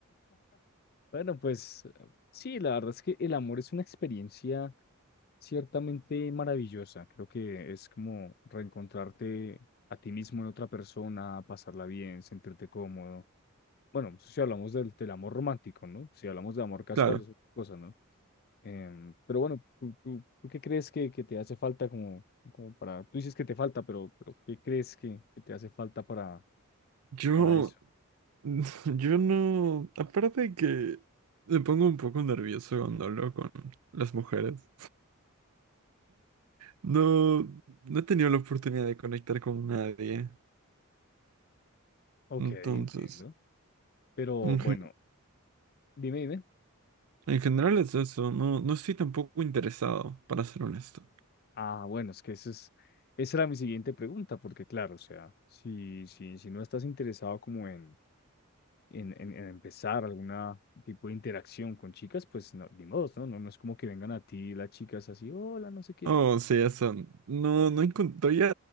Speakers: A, on the left; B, on the right.
A: Bueno, pues eh, sí, la verdad es que el amor es una experiencia ciertamente maravillosa. Creo que es como reencontrarte a ti mismo en otra persona, pasarla bien, sentirte cómodo. Bueno, si hablamos del, del amor romántico, ¿no? Si hablamos de amor casual,
B: Claro,
A: es otra cosa, ¿no? Em, pero bueno, ¿tú, tú- tú qué crees que, que te hace falta como, como para... Tú dices que te falta, pero, pero ¿qué crees que, que te hace falta para,
B: yo,
A: para eso?
B: <laughs> yo no, aparte de que me pongo un poco nervioso cuando hablo con las mujeres, no, no he tenido la oportunidad de conectar con nadie,
A: Ok,
B: entonces,
A: entiendo. Pero
B: en,
A: bueno,
B: gen-
A: dime, dime.
B: en general es eso, no, no estoy tampoco interesado, para ser honesto.
A: Ah, bueno, es que eso es, esa era mi siguiente pregunta, porque claro, o sea, si, si, si no estás interesado como en, en, en, en empezar alguna tipo de interacción con chicas, pues no, ni modo, ¿no? No, no es como que vengan a ti las chicas así, hola, no sé qué.
B: Oh, sí, eso, no, no encontré,